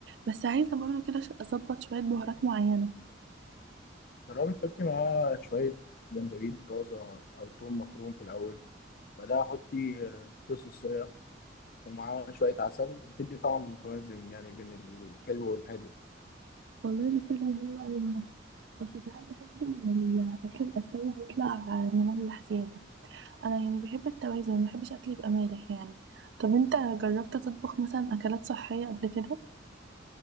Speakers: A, on the right; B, on the left.
A: بس عايزة برضه كده ش- أظبط شوية بهارات معينة
B: جربت تحطي معاه شويه جنزبيل طازه او توم مفروم في الاول بعدها حطي آه، صوص الصويا ومعاه شويه عسل بتدي طعم متوازن يعني بين الحلو والحادق
A: والله ده سر مهم أوي برضه بس ساعات بحس إن الأكل الآسيوي بيطلع مملح زيادة انا يعني بحب التوازن ما بحبش اكلي يبقى مالح يعني طب انت جربت تطبخ مثلا اكلات صحيه قبل كده